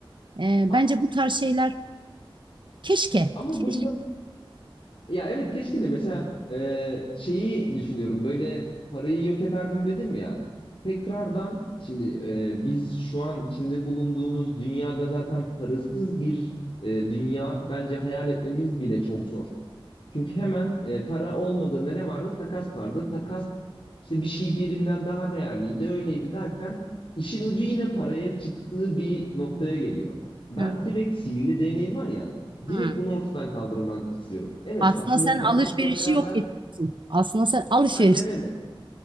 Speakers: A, on the right; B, on the left.
A: Ee,
B: A-
A: bence bu tarz şeyler keşke.
B: Ama
A: Keşke.
B: bunda Ya evet keşke de mesela e, şeyi düşünüyorum böyle parayı yok ederdim dedim ya tekrardan şimdi e, biz şu an içinde bulunduğumuz dünyada zaten parasız bir e, dünya bence hayal etmemiz bile çok zor. Çünkü hemen e, para olmadığında ne vardı? Takas vardı. Takas işte bir şey birinden daha değerliydi, öyleydi derken işin ucu yine paraya çıktığı bir noktaya geliyor. Ben
A: Evet.
B: direkt sihirli değneğim var ya, direkt
A: Hı.
B: bunu ortadan kaldırmak istiyorum. Evet,
A: Aslında
B: aslında
A: sen
B: takasla
A: alışverişi
B: beraber
A: yok ediyorsun. Aslında sen alışveriş
B: aynen öyle.